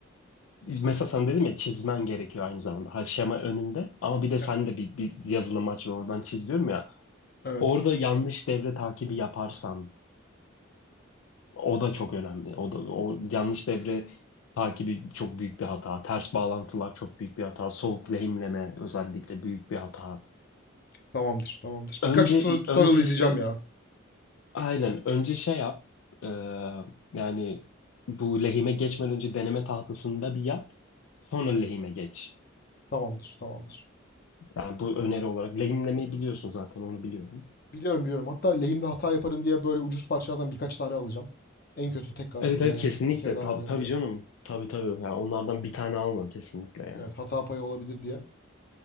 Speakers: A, on the left; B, on the left.
A: mesela sen dedim ya çizmen gerekiyor aynı zamanda. Her şema önünde ama bir de sen
B: Evet.
A: de bir, bir yazılım aç ve oradan çiz diyorum ya.
B: evet.
A: Orada yanlış devre takibi yaparsan o da çok önemli. O da o yanlış devre takibi çok büyük bir hata. Ters bağlantılar çok büyük bir hata. Soğuk lehimleme özellikle büyük bir hata.
B: Tamamdır, tamamdır.
A: Önce
B: Birkaç tuto- tutorial
A: önce
B: izleyeceğim
A: işte
B: ya.
A: aynen önce şey yap. Ee, yani bu lehime geçmeden önce deneme tahtasında bir yap. Sonra lehime geç.
B: Tamamdır, tamamdır.
A: Yani bu öneri olarak. Lehimlemeyi biliyorsun zaten onu biliyorum.
B: Biliyorum biliyorum. Hatta lehimde hata yaparım diye böyle ucuz parçalardan birkaç tane alacağım. En kötü tekrar
A: Evet
B: üzerine
A: evet kesinlikle.
B: bir, bir kere daha
A: Tabii
B: denerim
A: tabii
B: diye.
A: canım. Tabii tabii. Yani onlardan bir tane alma kesinlikle yani.
B: Evet, hata payı olabilir diye.